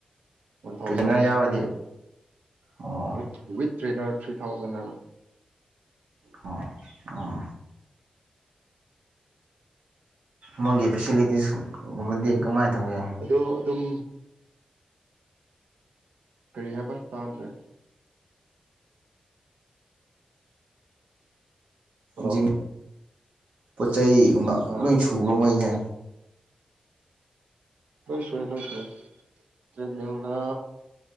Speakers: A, on the right; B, on the right.
A: one thousand
B: trainer ꯌꯥꯎꯔꯗꯤ ꯑꯣ ꯑꯣ
A: with with trainer three thousand ꯍꯥꯏꯕ
B: ꯑꯣ ꯑꯣ ꯃꯣꯏꯒꯤ ꯐꯦꯁꯤꯂꯤꯇꯤꯁꯒꯨꯝꯕꯗꯤ ꯀꯃꯥꯏ ꯇꯧꯏ
A: ꯑꯗꯣ ꯑꯗꯨꯝ ꯀꯔꯤ ꯍꯥꯏꯕ ꯇꯥꯗꯔꯦ ꯍꯜꯂꯣ
B: ꯖꯤꯝ ꯄꯣꯠ ꯆꯩꯩꯒꯨꯝꯕ
A: ꯑꯥ
B: ꯂꯣꯏ ꯁꯨꯕ ꯅꯣꯏꯁꯦ
A: ꯂꯣꯏ ꯁꯨꯏ ꯌꯦ ꯂꯣꯏ ꯁꯨꯏ ꯌꯦ ꯇꯔꯤꯞꯃꯤꯜꯗ